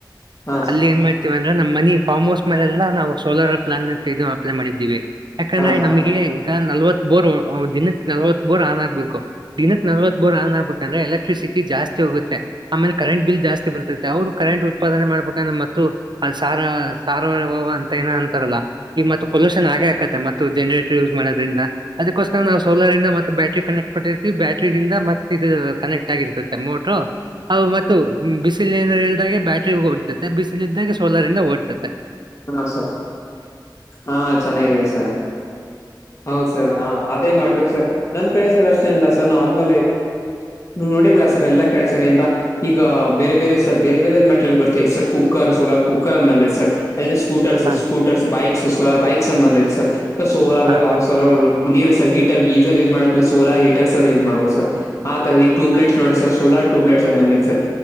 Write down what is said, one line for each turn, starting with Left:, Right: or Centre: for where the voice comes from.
Left: ಹಾ ಸರ್
Right: ಅಲ್ಲಿ ಏನ್ ಮಾಡ- ವಂದ್ರೆ ನಮ್ಮ ಮನಿ ಫಾರ್ಮ್ ಹೌಸ್ ಮೇಲೆಲ್ಲ ನಾವು ಸೋಲರ್ ಪ್ಲಾನೇಟಗೆ ಅಪ್ಲೈ ಮಾಡಿದ್ದೀವಿ. ಯಾಕಂದ್ರೆಮಗೆ
Left: ಹಾ ಸರ್
Right: ಈಗ ನಲವತ್ ಬೋರ್ ದಿನ ನಲ್ವತ್ ಬೋರ್ ಆನ್ ಆಗ್ಬೇಕು. ದಿನಕ್ಕೆ ನಲ್ವತ್ ಬೋರ್ ಆನ್ ಆಗ್ಬೇಕು ಅಂದ್ರೆ ಎಲೆಕ್ಟ್ರಿಸಿಟಿ ಜಾಸ್ತಿ ಹೋಗುತ್ತೆ. ಆಮೇಲೆ ಕರೆಂಟ್ ಬಿಲ್ ಜಾಸ್ತಿ ಬರ್ತೈತೆ. ಅವ್ರು ಕರೆಂಟ್ ಉತ್ಪಾದನೆ ಮಾಡ್ಬೇಕಂದ್ರೆ ಮತ್ತು ಅ ಸಾರ ಸಾರ್ವ ಅಂತ ಏನ ಅಂತಾರಲ್ಲ ಈಗ ಮತ್ತ ಪೊಲ್ಯೂಷನ್ ಆಗೆ- ಮತ್ತು ಜನರೇಟರ್ ಯೂಸ್ ಮಾಡೋದ್ರಿಂದ. ಅದಕೋಸ್ಕ ನಾವು ಸೋಲಾರಿಂದ ಮತ್ತು ಬ್ಯಾಟ್ರಿ ಕನೆಕ್ಟ್ ಕೊಟ್ಟಿ ಬ್ಯಾಟ್ರಿಂದ ಮತ್ತ ಇ ಕನೆಕ್ಟ್ ಆಗಿರ್ತತೆ ಮೋಟರು. ಅ ಮತ್ತು ಬಿಸಿಲ ಏನ ಇಲ್ದಾಗೆ ಬ್ಯಾಟ್ರಿ ಓಡ್ತದೆ, ಬಿಸಿಲಿದ್ದಾಗ ಸೋಲರಿಂದ ಓಡ್ತದೆ.
Left: ಹಾ, ಸರ್ ಹಾ ಚೆನ್ನಾಗಿದೆ ಸರ್ ಹೌದ ಸರ್, ಹಾ ಅದೇ ಮಾಡ್ಬೇಕ ಸರ್, ನಮ್ ಕಡೆ ಸರ್ ಅಷ್ಟೇನ ಇಲ್ಲ ಸರ್ ನಾರ್ಮಲಿ ನೋಡಿರ್ಲ ಸರ್ ಎಲ್ಲ ಕಡೆ ಸರ್ ಏನ್ರಾ <unintelligible> ಈಗ ಬೇರೆ, ಬೇರೆ ಸರ್ ಬೇರೆ ಬೇರೆ ಮೆಟರಿಯಲ್ಸ್ ಬರ್ತಾಇದೆ ಸರ್. ಈಗ ಕುಕ್ಕರ್ ಸೋಲಾರ್ ಕುಕ್ಕರ್ ಅಂತಬಂದಿದೆ ಸರ್. ಅಲ್ಲಿ ಸ್ಕೂಟರ್ಸ್,
Right: ಹಾ
Left: ಸ್ಕೂಟರ್ಸ್ ಬೈಕ್ಸ್ ಸೋಲಾರ್ ಬೈಕ್ಸ್ ಅ ಬಂದಐತೆ ಸರ್ ಸೋಲಾರ್
Right: ಹಾ ಸರ್
Left: ಆ ಸೋಲ ನೀರ್ ಸರ್ ಹೀಟರ್ ಗೀಸರ್ ಯೂಸ್ ಮಾಡಪ್ಲೆ. ಸೋಲಾರ್ ಹೀಟರ್ಸ್ ಯೂಸ್ ಮಾಡ್ಬಹದು ಸರ್. ಆತದ ಈ ಟೂಬ್ಲೈಟ್ಸ ನೋಡಿ ಸೋಲಾರ ಟೂಬಲೈಟ್ಸ್ ಆ ಬಂದಿದೆ ಸರ್.